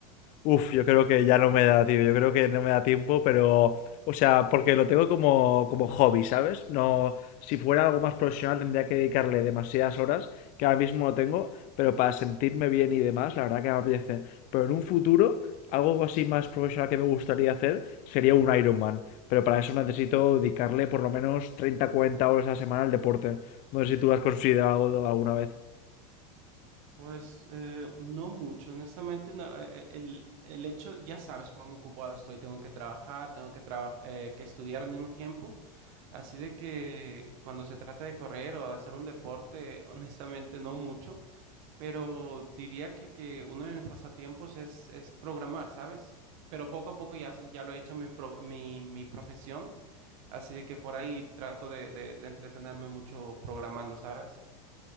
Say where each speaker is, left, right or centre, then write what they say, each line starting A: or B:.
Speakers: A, on the left; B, on the right.
A: Uf, yo creo que ya no me da, tío. Yo creo que no me da tiempo, pero. O sea, porque lo tengo como, como hobby, ¿sabes? No. Si fuera algo más profesional tendría que dedicarle demasiadas horas, que ahora mismo no tengo, pero para sentirme bien y demás, la verdad que me apetece. Pero en un futuro, algo así más profesional que me gustaría hacer sería un Ironman. Pero para eso necesito dedicarle por lo menos treinta, cuarenta horas a la semana al deporte. No sé si tú has considerado alguna vez.
B: Pues eh, no mucho, honestamente, no, eh, eh, el, el hecho, ya sabes cuán ocupada estoy, tengo que trabajar, tengo que, traba- eh, que estudiar al mismo tiempo, así de que cuando se trata de correr o de hacer un deporte, honestamente no mucho. pero diría que, que uno de mis pasatiempos es, es programar, ¿sabes? Pero poco a poco ya, s- ya lo he hecho mi, pro- mi, mi profesión, así de que por ahí trato de, de, de entretenerme mucho programando, ¿sabes?